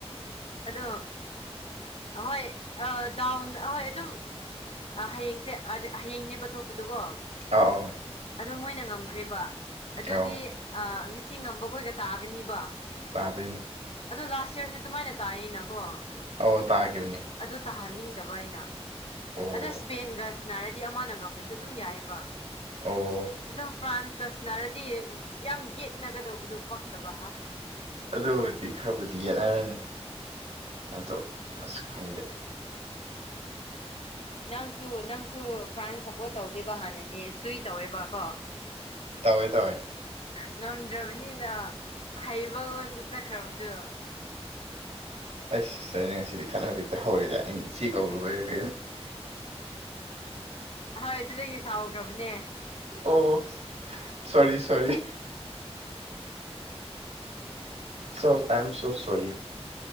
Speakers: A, on the left; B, on the right.
A: ꯑꯗꯣ ꯑꯍꯣꯏ ꯑ ꯗꯥꯎ ꯑꯍꯣꯏ ꯑꯗꯨꯝ ꯑ ꯍꯌꯦꯡꯁꯦ <unintelligible> ꯍꯌꯦꯡꯅꯦꯕ ꯊꯣꯛꯄꯗꯨꯀꯣ
B: ꯑ <unintelligible>
A: ꯑꯗꯨ ꯃꯣꯏꯅ ꯉꯝꯈ꯭ꯔꯦꯕ ꯑꯗꯨꯗꯤ
B: ꯑꯧ
A: ꯉꯁꯤ ꯉꯝꯕꯈꯣꯏꯒ ꯇꯥꯒꯅꯤꯕ
B: ꯇꯥꯗꯣꯏꯅꯤ
A: ꯑꯗꯨ ꯂꯥꯁ ꯏꯌꯔꯁꯨ ꯑꯗꯨꯃꯥꯏꯅ ꯇꯥꯌꯦꯅꯀꯣ
B: ꯑꯧ ꯇꯥꯈꯤꯕꯅꯦ
A: ꯑꯗꯨ ꯇꯥꯍꯟꯅꯤꯡꯗꯕ ꯑꯩꯅ
B: ꯑꯣ
A: ꯑꯗꯨ ꯁ꯭ꯄꯦꯏꯟꯒ ꯁꯅꯥꯔꯗꯤ ꯑꯃꯅ ꯉꯝꯂꯁꯨ ꯑꯗꯨꯝ ꯌꯥꯏꯌꯦꯕ
B: ꯑꯧ
A: ꯑꯗꯨ ꯐ꯭ꯔꯥꯟꯁꯀ ꯁꯅꯔꯗꯤ ꯌꯥꯝ ꯌꯦꯠꯅꯒꯗꯧꯕꯗꯨ ꯄꯛꯇꯕ ꯍꯥ
B: ꯑꯗꯨꯕꯨꯗꯤ ꯈꯔꯕꯨꯗꯤ ꯌꯦꯠꯅꯔꯅꯤ ꯑꯗꯨ ꯑꯁ ꯈꯪꯗꯦ
A: ꯅꯪꯁꯨ ꯅꯪꯁꯨ ꯐ꯭ꯔꯥꯟꯁ ꯁꯞꯄꯣꯔꯠ ꯇꯧꯗꯦꯕ ꯍꯥꯟꯅꯗꯤ ꯁꯨꯏ ꯇꯧꯋꯦꯕꯀꯣ
B: ꯇꯧꯋꯦ ꯇꯧꯋꯦ
A: ꯉꯝꯗ꯭ꯔꯕꯅꯤꯅ ꯍꯩꯕꯉꯣꯟꯗ ꯆꯠꯈ꯭ꯔꯕꯗꯨ
B: ꯑꯁ <unintelligible> ꯉꯁꯤꯗꯤ ꯈꯠꯅꯕ ꯍꯦꯛꯇ ꯍꯧꯔꯦꯗ ꯑꯩꯅ ꯏꯆꯦ ꯀꯧꯔꯨꯕꯩꯔ ꯀꯩꯅꯣ
A: ꯍꯣꯏ ꯑꯗꯨꯗꯒꯤ ꯁꯎꯈ꯭ꯔꯕꯅꯦ
B: ꯑꯣ ꯁꯣꯔꯤ ꯁꯣꯔꯤ ꯁꯣ ꯑꯥꯏꯝ ꯁꯣ ꯁꯣꯔꯤ